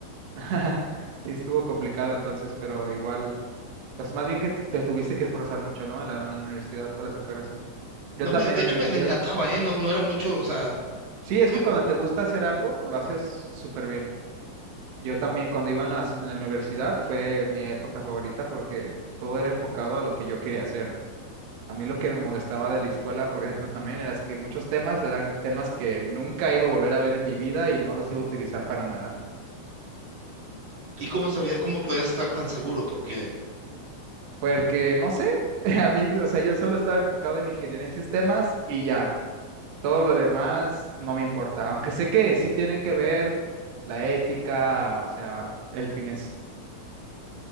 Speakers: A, on the right; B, on the right.
A: <laughs> sí estuvo complicado entonces, pero igual, pues más bien que te te tuviste que esforzar mucho, ¿no? En la, en la universidad para sacar eso. Yo
B: No,
A: también
B: me, de
A: en
B: hecho
A: la universidad,
B: me, me encantaba, ¿eh? No, no era mucho, o sea,
A: sí, es
B: to-
A: que cuando te gusta hacer algo, lo haces súper bien. Yo también cuando iba en las- en la, universidad fue mi época favorita porque todo era enfocado a lo que yo quería hacer. A mí lo que me molestaba de la escuela, por ejemplo, también era que muchos temas eran temas que nunca iba a volver a ver en mi vida y no los iba a utilizar para nada.
B: ¿y cómo sabía, cómo podías estar tan seguro? Porque
A: Porque, no sé, <laughs> a mí, o sea, yo solo estaba enfocado en ingeniería en sistemas y ya, todo lo demás no me importa. Aunque sé que sí tienen que ver la ética, o sea, el fin,